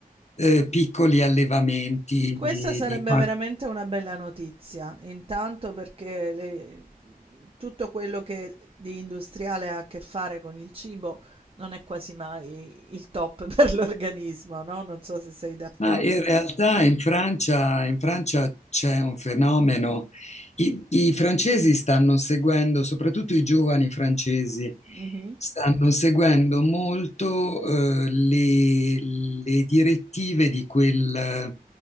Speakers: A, on the left (about 45°); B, on the right (about 35°).
A: eh, piccoli allevamenti
B: Questa
A: di,
B: sarebbe
A: di
B: veramente una bella notizia, intanto perché le- tutto quello che di industriale ha a che fare con il cibo non è quasi mai il top <laughs> per l'organismo, no? Non so se sei d'accordo.
A: Ma in realtà in Francia, in Francia c'è un fenomeno. I, i francesi stanno seguendo, soprattutto i giovani francesi,
B: Mhm.
A: stanno seguendo molto eh, le, le direttive di quel,